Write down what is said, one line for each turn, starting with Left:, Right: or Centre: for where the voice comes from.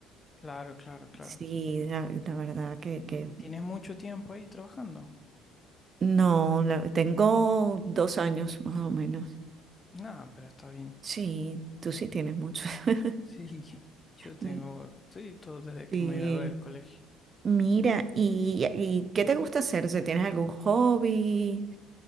Left: claro, claro, claro.
Right: Sí, la, la verdad que,
Left: ¿Y,
Right: que
Left: y tienes mucho tiempo ahí trabajando?
Right: no, la- tengo dos años más o menos.
Left: Nada, pero está bien.
Right: Sí, tú sí tienes mucho. <laughs>
Left: Sí, <laughs> yo tengo,
Right: Mm,
Left: sí, todo desde
Right: Sí.
Left: que me gradué del colegio.
Right: Mira, ¿y, y qué te gusta hacer? ¿Si tienes algún hobby?